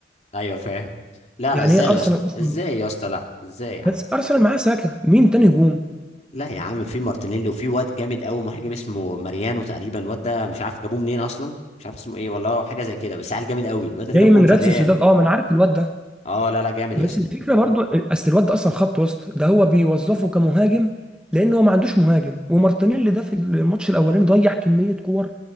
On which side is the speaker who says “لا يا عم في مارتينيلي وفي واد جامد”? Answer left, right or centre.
Left